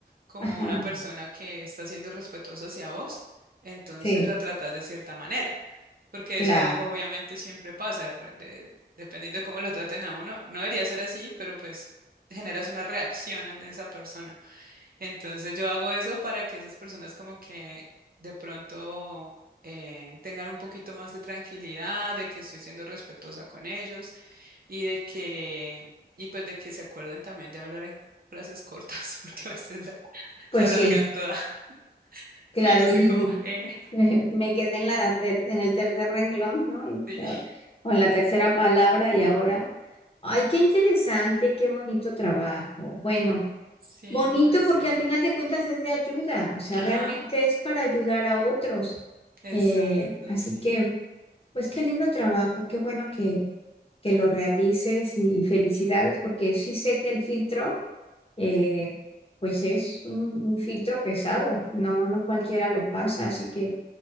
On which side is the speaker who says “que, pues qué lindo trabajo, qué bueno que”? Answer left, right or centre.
Left